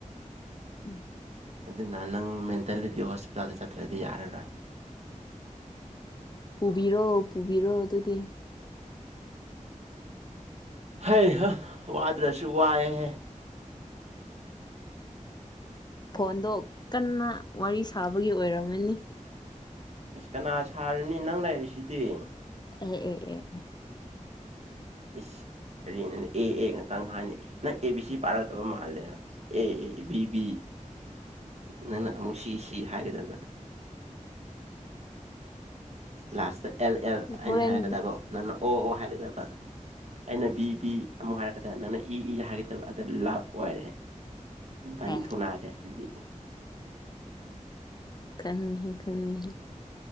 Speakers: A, on the left; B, on the right.
A: ꯎꯝ꯫
B: ꯑꯗꯨꯅ ꯅꯪ ꯃꯦꯟꯇꯦꯂꯤꯗꯤ ꯍꯣꯁꯄꯤꯇꯥꯜꯗ ꯆꯠꯇ꯭ꯔꯗꯤ ꯌꯥꯔꯔꯣꯏ
A: ꯄꯨꯕꯤꯔꯣ ꯄꯨꯕꯤꯔꯣ ꯑꯗꯨꯗꯤ
B: ꯍꯩꯍꯥ ꯋꯥꯗ꯭ꯔꯁꯨ ꯋꯥꯏꯍꯦ
A: ꯐꯣꯟꯗꯣ ꯀꯟꯅ ꯋꯥꯔꯤ ꯁꯥꯕꯒꯤ ꯑꯣꯏꯔꯝꯃꯅꯤ꯫
B: ꯑꯁ ꯀꯅꯥ ꯁꯥꯔꯅꯤ ꯅꯪ ꯂꯩꯔꯤꯁꯤꯗꯤ
A: ꯑꯦ ꯑꯦ ꯑꯦ
B: ꯏꯁ ꯀꯔꯤꯅꯣꯅꯦ ꯑꯦ ꯑꯦ ꯉꯥꯛꯇꯪ ꯍꯥꯏꯌꯦꯅꯦ ꯅꯪ ꯑꯦ ꯕꯤ ꯁꯤ ꯄꯥꯔꯛꯇꯕ ꯃꯥꯜꯂꯦ ꯑꯦ ꯑꯦ ꯕꯤ ꯕꯤ ꯅꯪꯅ ꯑꯃꯨꯛ ꯁꯤ ꯁꯤ ꯍꯥꯏꯒꯗꯕ ꯂꯥꯁꯇ ꯑꯦꯜ ꯑꯦꯜ ꯑꯩꯅ
A: ꯍꯣꯔꯦꯟ
B: ꯍꯥꯏꯔꯛꯀꯗꯕ ꯅꯪꯅ ꯑꯣ ꯑꯣ ꯍꯥꯏꯔꯗꯕ ꯑꯩꯅ ꯕꯤ ꯕꯤ ꯑꯃꯨꯛ ꯍꯥꯏꯔꯛꯀꯗ ꯅꯪꯅ ꯏ ꯏ ꯍꯥꯏꯒꯗꯕ ꯑꯗꯨꯗ ꯂꯥꯚ ꯑꯣꯏꯔꯦ ꯑꯅꯤ
A: ꯍꯦ
B: ꯊꯣꯅꯥꯈ꯭ꯔꯦ ꯑꯗꯨꯗꯤ
A: ꯈꯪꯉꯤꯍꯦ ꯈꯪꯉꯤꯍꯦ